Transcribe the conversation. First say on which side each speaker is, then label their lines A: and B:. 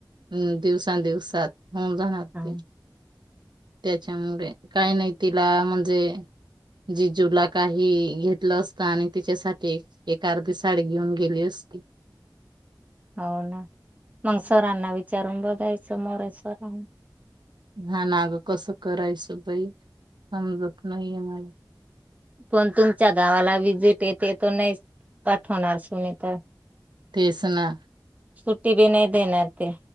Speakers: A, on the right; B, on the right.
A: हम् दिवस दििवसात होऊन जाणार
B: हो
A: ते त्याच्यामुळे काही नाही तिला म्हणजे जिजूला काही घेतलं असतं आणि तिच्यासाठी एक अर्धी साडी घेऊन गेली असती
B: हो ना मग सरांना विचारून बघायचं मोर सरां
A: हा नागं कसं करायचं बाई समजत नाहीये मला
B: पण तुमच्या गावाला विजिट ते ते तर नाही पाठवणार सुनी तर
A: तेसना
B: सुट्टी बी नाही देणार ते